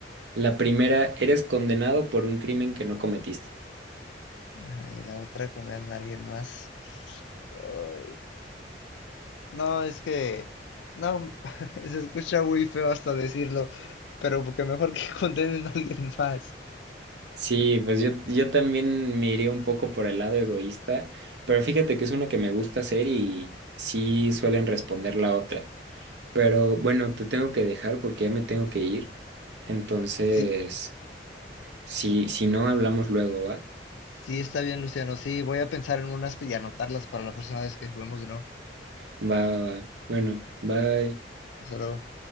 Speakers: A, on the right; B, on the left.
A: La primera, eres condenado por un crimen que no cometiste.
B: Ajá, y la otra con alguien más. Ay, No, es que, no, <laughs> se escucha muy feo hasta decirlo, pero porque mejor que <laughs> condenen a alguien más.
A: Sí, pues yo, yo también me iría un poco por el lado egoísta, pero fíjate que es una que me gusta hacer y sí suelen responder la otra. Pero bueno, te tengo que dejar porque ya me tengo que ir. Entonces,
B: Sí,
A: si, si no hablamos luego, ¿va?
B: sí, está bien, Luciano, sí, voy a pensar en unas y anotarlas para la próxima vez que juguemos de nuevo.
A: Va, va, va. Bueno, bye.
B: Hasta luego.